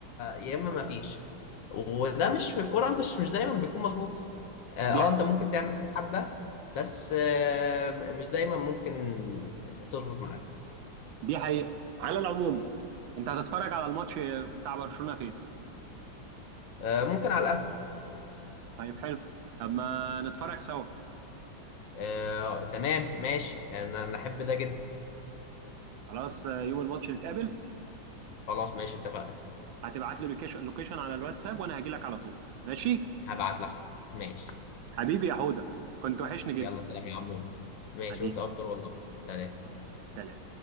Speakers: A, on the left; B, on the right.
A: يا اما ما فيش وده مش في الكوره مش مش دايما بيكون مظبوط اه
B: دي
A: آه،
B: حقيقه
A: انت ممكن تعمل حبه بس آه مش دايما ممكن تظبط معاك
B: دي حقيقه على العموم انت هتتفرج على الماتش بتاع برشلونه فين
A: آه ممكن على القهوه
B: طيب حلو طب ما نتفرج سوا
A: آه تمام ماشي انا انا احب ده جدا
B: خلاص آه، يوم الماتش نتقابل
A: خلاص ماشي اتفقنا
B: هتبعت لي لوكيشن لوكيشن على الواتساب وانا هاجي لك على طول ماشي
A: هبعت لك حاضر. ماشي
B: حبيبي يا حوده كنت وحشني جدا
A: يلا سلام يا عمو ماشي
B: حبيبي
A: وانت اكتر والله سلام
B: حبيبي سلام